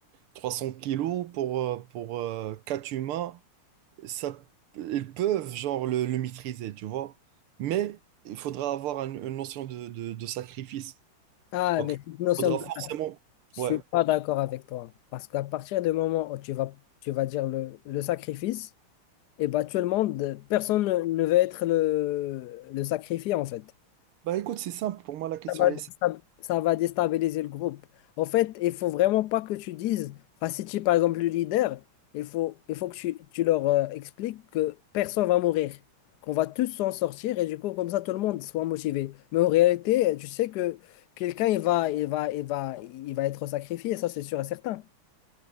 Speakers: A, on the right; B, on the left.
A: 300 kilos pour, euh, pour euh, quatre humains, ça, ils peuvent genre le, le maîtriser, tu vois. Mais il faudra avoir un- une notion de, de, de sacrifice.
B: Ah,
A: Ok.
B: mais
A: Il
B: cette notion
A: faudra forcément.
B: Je
A: Ouais.
B: suis pas d'accord avec toi. Parce qu'à partir du moment où tu vas, tu vas dire le, le sacrifice, et bah, tout le monde, personne ne, ne veut être le, le sacrifié, en fait.
A: Bah écoute, c'est simple. Pour moi, la question,
B: Ça va,
A: elle est simple.
B: ça, ça va déstabiliser le groupe. En fait, il faut vraiment pas que tu dises, enfin, si tu es par exemple le leader, il faut, il faut que tu, tu leur euh, expliques que personne va mourir, qu'on va tous s'en sortir, et du coup, comme ça, tout le monde soit motivé. Mais en réalité, tu sais que quelqu'un, il va, il va, il va, il va être sacrifié, ça, c'est sûr et certain.